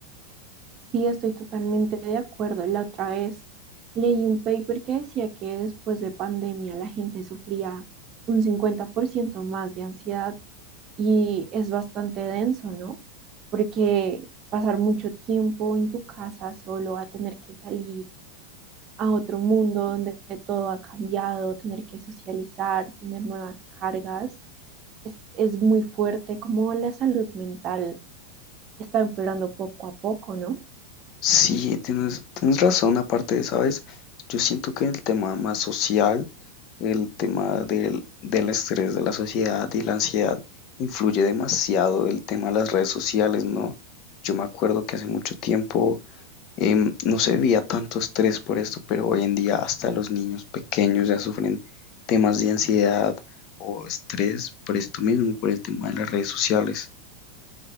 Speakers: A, on the right; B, on the left.
A: Sí, estoy totalmente de acuerdo. La otra vez leí un paper que decía que después de pandemia la gente sufría un 50% más de ansiedad y es bastante denso, ¿no? Porque pasar mucho tiempo en tu casa solo a tener que salir a otro mundo donde todo ha cambiado, tener que socializar, tener nuevas cargas, es, es muy fuerte como la salud mental está empeorando poco a poco, ¿no?
B: Sí, tienes, tienes razón, aparte de, ¿sabes? Yo siento que el tema más social, el tema del, del estrés de la sociedad y la ansiedad, influye demasiado el tema de las redes sociales, ¿no? Yo me acuerdo que hace mucho tiempo em, no se veía tanto estrés por esto, pero hoy en día hasta los niños pequeños ya sufren temas de ansiedad o estrés por esto mismo, por el tema de las redes sociales.